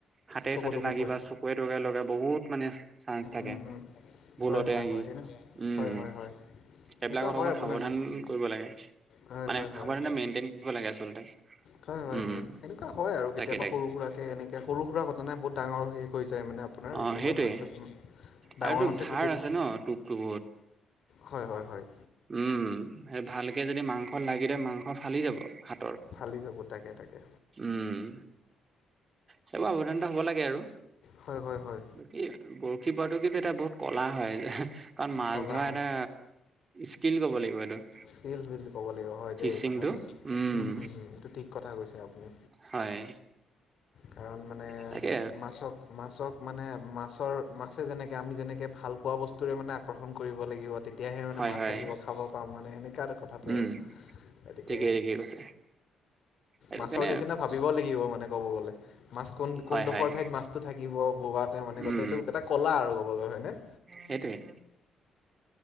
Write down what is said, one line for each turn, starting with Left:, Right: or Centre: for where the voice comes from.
Right: হাতে
Left: চকু
Right: চাতে
Left: তকু
Right: লাগি
Left: পৰি
Right: বা চকুৰে তকুৰে লগা বহুত মানে চাইন্স থাকে।
Left: উম, উম,
Right: ভুলতে
Left: হয় হয়
Right: আহি
Left: হয় সেনে
Right: উম,
Left: হয় হয় হয়
Right: সেইবিলাকত
Left: এনেকুৱা হয়
Right: অকমান
Left: আপোনাৰ
Right: সাৱধান
Left: যে-
Right: কৰিব লাগে,
Left: হয়
Right: মানে
Left: হয় হয়
Right: সাৱধান মেইনটেইন কৰিব লাগে আচলতে।
Left: হয় হয়
Right: উম
Left: হয়, এনেকুৱা হয় আৰু
Right: তাকে
Left: কেতিয়াবা
Right: তাকে
Left: সৰু সুৰাকে এনেকে সৰু সুৰা ঘটনাই বহুত ডাঙৰ সেই হৈ যায় মানে আপোনাৰ
Right: অ
Left: কেতিয়াবা
Right: সেইটোৱে
Left: মাছ চাছ
Right: আৰু
Left: ডাঙৰ
Right: তোৰ
Left: মাছে
Right: ধাৰ
Left: খুটিলে।
Right: আছে ন টোপটো বহুত
Left: হয় হয় হয়।
Right: উম সেই ভালকে যদি মাংস লাগি ধৰে মাংস ফালি যাব হাতৰ।
Left: ফালি যাব তাকে তাকে
Right: উম, সেইবোৰ সাৱধানতা হব লাগে আৰু।
Left: হয় হয় হয়।
Right: বাকী বৰশী বোৱাটো কিন্তু এটা বহুত ক'লা হয়। কাৰণ মাছ
Left: কলা
Right: ধৰা
Left: হয়
Right: এটা স্কিল ক'ব লাগিব এইটো।
Left: স্কিল বুলি ক'ব লাগিব হয়
Right: ফিচিংটো
Left: দেই কথাটো।
Right: উম
Left: হুম হুম এইটো ঠিক কথা কৈছে আপুনি।
Right: হয়
Left: কাৰণ মানে
Right: তাকে
Left: মাছক মাছক মানে মাছৰ মাছে যেনেকে আমি যেনেকে ভাল পোৱা বস্তুৰে মানে আকৰ্ষণ কৰিব লাগিব তে তিয়াহে মানে
Right: হয়
Left: মাছ
Right: হয়
Left: আহিব খাব পাম মানে সেনেকুৱা এ কথাটো
Right: উম
Left: আৰু। গতিকে
Right: ঠিকেই ঠিকেই কৈছে। সেইটো
Left: মাছৰ
Right: কাৰণে
Left: নিচিনা ভাবিব লাগিব মানে ক'ব গলে। মাছ কোন
Right: হয়
Left: কোনোখৰ
Right: হয়
Left: ঠাইত মাছ টো থাকিব বগাতে মানে
Right: উম
Left: গোটেই এইটো এটা কলা আৰু গব হয় নে।
Right: সেইটোৱে।